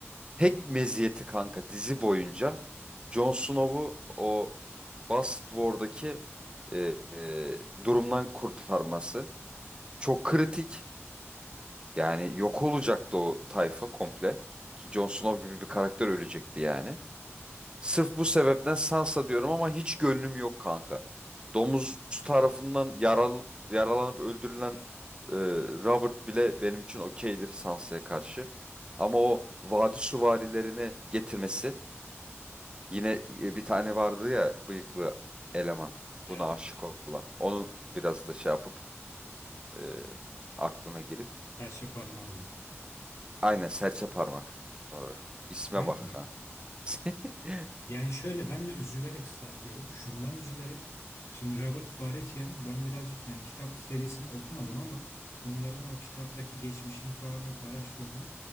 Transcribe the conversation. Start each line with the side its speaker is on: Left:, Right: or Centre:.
Right: tek meziyeti kanka dizi boyunca Jon Snow'u o Bastard War'daki e, e, durumdan kurtarması. Çok kritik. Yani yok olacaktı o tayfa komple. Ki Jon Snow gibi bir karakter ölecekti yani. Sırf bu sebepten Sansa diyorum ama hiç gönlüm yok kanka. Domuz tarafından yaralanıp, yaralanıp öldürülen e, Robert bile benim için okeydir Sansa'ya karşı. Ama o vadi süvarilerini getirmesi yine e, bir tane vardı ya bıyıklı eleman
Left: Evet.
Right: buna aşık olan. Onu biraz da şey yapıp e, aklına girip.
Left: Serçe parmağı diyorum.
Right: Aynen serçe parmak. Doğru. İsme
Left: Kanka.
Right: bak ha. <laughs>
Left: Yani şöyle ben de üzülerek Stark diyorum. Şundan üzülerek. Şimdi Robert Baratheon ben birazcık yani kitap serisini okumadım ama bunların o kitaptaki geçmişini falan hep araştırdım.